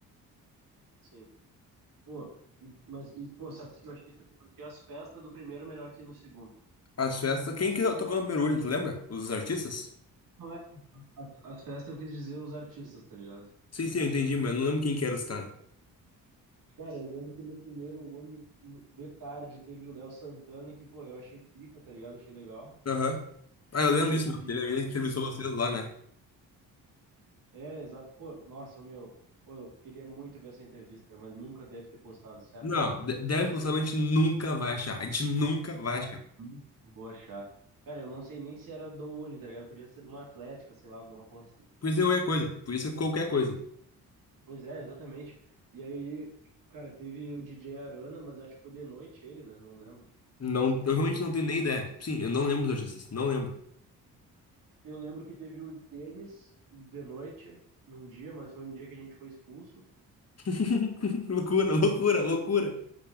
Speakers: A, on the right; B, on the left.
A: Sim. Pô, e, mas, e, pô, sabe o que eu achei também? Eu achei as festas do primeiro melhor que no segundo.
B: As festas. Quem que tocou no primeiro Urno, tu lembra? Os artistas?
A: Não é? As, as festas eu quis dizer os artistas, tá ligado?
B: Sim, sim, eu entendi, mas eu não lembro quem que eram os caras.
A: Cara, eu lembro que no primeiro Uni, no- de tarde, teve o Léo Santana, que, pô, eu achei pica, tá ligado? Achei legal.
B: Aham. Ah, eu lembro
A: Teve.
B: disso, meu. Teve alguém que entrevistou vocês lá, né?
A: É, exato. Pô, nossa, meu. Pô, eu queria muito ver essa entrevista, cara, mas nunca deve ter postado, certamente.
B: Não, de- 10% a gente nunca vai achar. A gente nunca vai
A: Ah,
B: achar.
A: hum, vou achar. Cara, eu não sei nem se era do Uni, tá ligado? Podia ser de uma Atlética, sei lá, alguma porra assim.
B: Podia ser qualquer coisa. Podia ser qualquer coisa.
A: Pois é, exatamente. E aí, cara, teve o DJ Arana, mas acho que foi de noite ele, né? Não lembro.
B: Não, eu realmente não tenho nem ideia. Sim, eu não lembro dos artistas. Não lembro.
A: Eu lembro que teve o Denis de noite, num dia, mas foi no dia que a gente foi expulso.
B: <laughs> Loucura, loucura, loucura.